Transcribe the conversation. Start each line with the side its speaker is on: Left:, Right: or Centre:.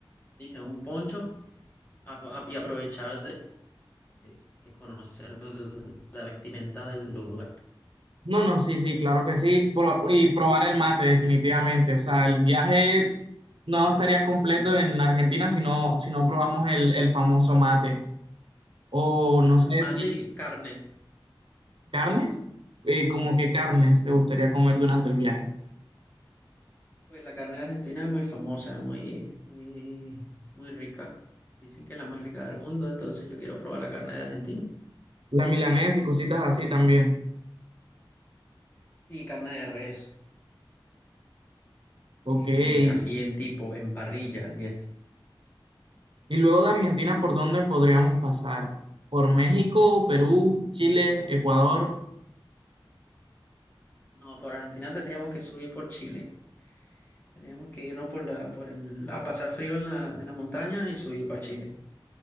Left: dicen, un poncho a- a- y aprovechar de, de- de conocer el- la vestimenta del lugar.
Right: No, no, sí, sí, claro que sí. pro- y probar el mate, definitivamente. O sea, el viaje no estaría completo en Argentina si no, si no probamos el, el famoso mate. O
Left: Claro,
Right: no sé
Left: mate
Right: si
Left: y carne.
Right: carnes, eh, como que carnes se gustaría comer durante el viaje.
Left: Pues la carne de Argentina es muy famosa, es muy, es muy, muy rica. Dicen que es la más rica del mundo, entonces yo quiero probar la carne de Argentina.
Right: La milanesa y cositas así también.
Left: Y carne de res,
Right: Ok.
Left: eh,
Right: Sí.
Left: así en tipo, en parrilla y esto.
Right: Y luego de Argentina, ¿por dónde podríamos pasar? ¿Por México, Perú, Chile, Ecuador?
Left: No, por Argentina tendríamos que subir por Chile. Tendríamos que irnos por la, por el, a pasar frío en la, en la montaña y subir para Chile.